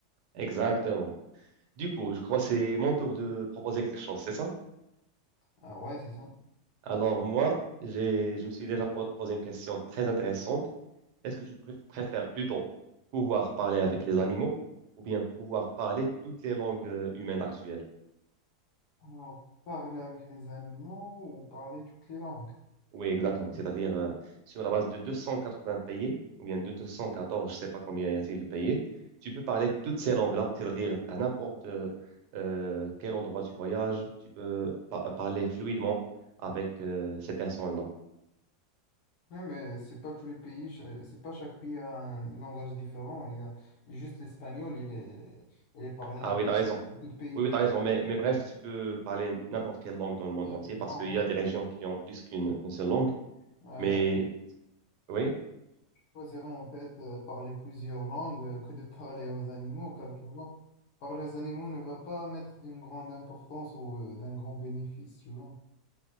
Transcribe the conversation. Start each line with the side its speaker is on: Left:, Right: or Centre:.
Right: Exactement. Du coup, je crois que c'est mon tour de proposer quelque chose, c'est ça?
Left: Ah ouais, c'est ça.
Right: Alors, moi, j'ai, je me suis déjà po- posé une question très intéressante. Est-ce que tu pr- préfères plutôt pouvoir parler avec les animaux ou bien pouvoir parler toutes les langues euh, humaines actuelles?
Left: Alors, parler avec les animaux ou parler toutes les langues.
Right: Oui, exactement. C'est-à-dire, euh, sur la base de 280 payés, ou bien de 214, je ne sais pas combien y a-t-il de payés, tu peux parler toutes ces langues-là, c'est-à-dire à n'importe euh, euh, quel endroit tu voyages, tu peux pa- parler fluidement avec euh, ces personnes-là.
Left: Ouais, mais c'est pas tous les pays, ch- euh, c'est pas chaque pays a un langage différent. Il y a juste l'espagnol, il est, il est il est parlé
Right: Ah oui, tu as raison.
Left: D'autres pays.
Right: Oui, oui, tu as raison. Mais, mais bref, tu peux parler n'importe quelle langue dans le
Left: D'accord,
Right: monde entier parce qu'il
Left: en
Right: y a
Left: fait,
Right: des régions qui ont plus qu'une une seule langue.
Left: ouais,
Right: Mais
Left: alors,
Right: oui,
Left: je choisirais en fait euh, parler plusieurs langues euh, que de <laughs> parler aux animaux, car tu vois, parler aux animaux ne va pas mettre d'une grande importance ou euh, d'un grand bénéfice, tu vois.